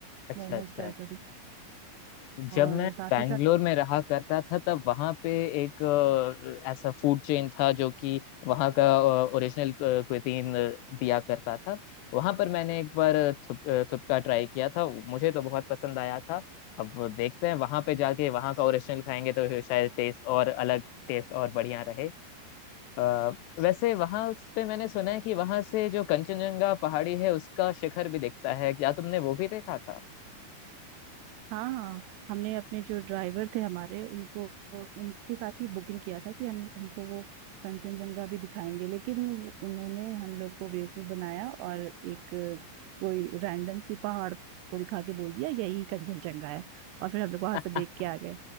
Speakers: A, on the left; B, on the right.
A: अच्छा
B: मोमोज
A: अच्छा
B: ट्राई
A: अच्छा
B: करना
A: जब
B: और
A: मैं
B: साथ
A: बैंगलोर
B: ही साथ
A: में रहा करता था तब वहां पे एक अ, ऐसा फूड चेन था जो कि वहां का ओरिजिनल क्विजीन दिया करता था वहां पर मैंने एक बार थुप, अ, थुपका ट्राई किया था मुझे तो बहुत पसंद आया था अब देखते हैं वहां पे जाके वहां का ओरिजिनल खाएंगे तो शायद टेस्ट और अलग टेस्ट और बढ़िया रहे अ, वैसे वहां पे मैंने सुना है कि वहां से जो कंचनजंगा पहाड़ी है उसका शिखर भी दिखता है क्या तुमने वो भी देखा था
B: हाँ हाँ। हमने अपने जो ड्राइवर थे हमारे उनको उनके साथ ही बुकिंग किया था कि हम हमको वो कंचनजंगा भी दिखाएंगे लेकिन उन्होंने हम लोग को बेवकूफ बनाया और एक कोई रैंडम सी पहाड़ को दिखा के बोल दिया यही कंचनजंगा है और फिर हम लोग वहां
A: <laughs>
B: से देख के आ गए